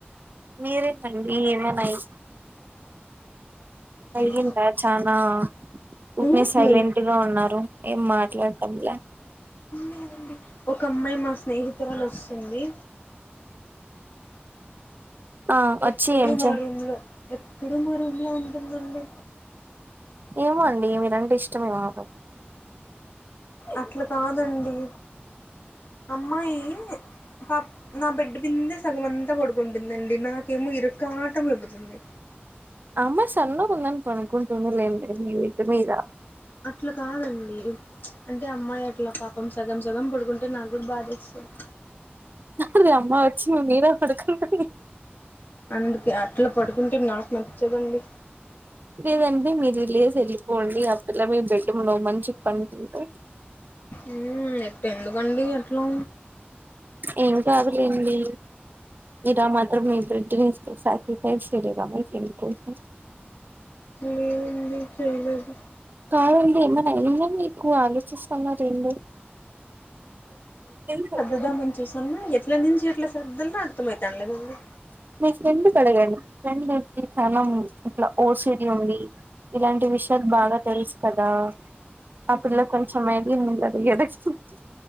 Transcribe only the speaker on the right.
మీరేమండి ఏమన్నా అయితే
అయిందా చనా ఒకే
సైలెంట్
గా ఉన్నారు ఏం మాట ట్లాడంలే
ఆ వచ్చి
ఏం
చే
ఏమో అండి మీరంటే ఇష్టమేమో ఆ పాపకి
ఆ అమ్మాయి సన్నగా ఉందనీ పనుకుంటుందిలేండి మీ బెడ్డు మీద
అరే అమ్మ వచ్చివ్ మీర పడుకుంటా
లేదండి మీరు లేసి వెళ్ళిపోండి ఆ పిల్ల మీ బెడ్డ మీద మంచిగా పనుకుంటే
ఏం కాదులేండి ఏంటి ఆ మాత్రం మీ బెడ్నీ సక్రిఫైస్ చేయలేరా మీ ఫ్రెండ్ కోసం
కాదండి ఎమైనా అయినా మీకు ఆలోచిస్ అయినా చేంజ్ లేదు <inaudible>
మీ ఫ్రెండ్ కు అడగండి ఫ్రెండ్ హెల్ప్ తీ తరణం ఇట్లా ఓసిడి ఉంది. ఇలాంటి విషయాలు బాగా తెలుసు కదా. ఆపిల్ల కొంచం ఎళ్లి <unintelligible> ఎస్తుంది.